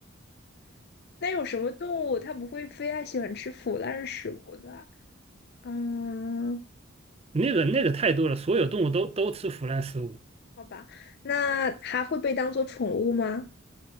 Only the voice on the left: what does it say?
那有什么动物它不会飞？它喜欢吃腐烂的食物的？嗯，
好吧。那它会被当做宠物吗？